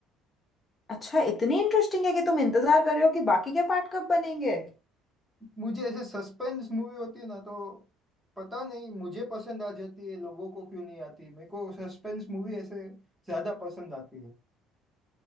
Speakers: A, on the left; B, in the centre.
A: अच्छा इतनी इंटरेस्टिंग है कि तुम इंतजार कर रहे हो कि बाकी के पार्ट कब बनेंगे
B: मुझे ऐसे सस्पेंस मूवी होती है ना तो पता नहीं मुझे पसंद आ जाती है लोगों को क्यों नहीं आती मेरे को सस्पेंस मूवी ऐसे ज्यादा पसंद आती है